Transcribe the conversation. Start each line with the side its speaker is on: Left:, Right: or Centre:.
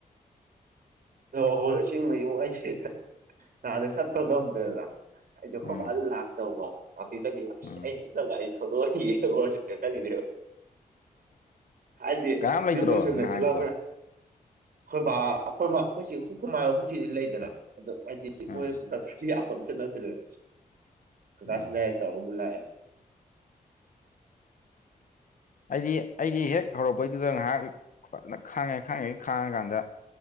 Right: ꯑꯣ ꯍꯣꯏ ꯑꯁꯤꯡꯕ ꯏꯃ ꯑꯩꯁꯦ ꯅꯥꯟꯅ ꯆꯠꯄ ꯉꯝꯗ꯭ꯔꯦꯗ ꯑꯩꯗ ꯈꯣ
Left: ꯎꯝ
Right: ꯕꯥ ꯑꯗꯨ ꯂꯥꯛꯇꯕ ꯒꯨꯍꯥꯇꯤ ꯆꯠꯈꯤꯕ ꯑꯁ
Left: ꯎꯝ
Right: ꯑꯩ ꯈꯛꯇꯒ ꯑꯩ ꯊꯗ ꯑꯩ ꯋꯥꯔꯁ ꯀꯇꯥꯅꯤꯗꯦꯕ ꯍꯥꯏꯗꯤ
Left: ꯀꯅꯥꯝ ꯂꯩꯇ꯭ꯔꯣ
Right: ꯌꯨꯝꯗ ꯁꯨꯝ ꯂꯩ
Left: ꯅꯍꯥꯟꯒꯤꯗꯣ
Right: ꯁꯤꯠꯍꯥꯎꯒ꯭ꯔꯦ ꯑꯩꯈꯣꯏ ꯕꯥ ꯑꯩꯈꯣꯏ ꯑꯩꯈꯣꯏ ꯍ ꯈꯨꯃꯥꯏ ꯑꯩꯈꯣꯏꯁꯤꯗꯤ ꯂꯩꯗꯅ ꯑꯗꯣ ꯍꯥꯏꯗꯤ
Left: ꯎꯝ
Right: ꯃꯣꯏ ꯁꯤ ꯅꯠꯇ꯭ꯔ ꯀ ꯀꯥꯁ
Left: ꯎꯝ
Right: ꯂꯩ ꯇꯧ ꯃꯂꯑ
Left: ꯑꯩꯗꯤ ꯑꯩꯗꯤ ꯍꯦꯛ ꯍꯧꯔꯛꯄꯩꯗꯨꯗ ꯉꯥꯏꯍꯥꯛ ꯐꯖꯅ ꯈꯥꯡꯉꯦ ꯈꯥꯡꯉꯦ ꯈꯥꯡꯉꯀꯥꯟꯗ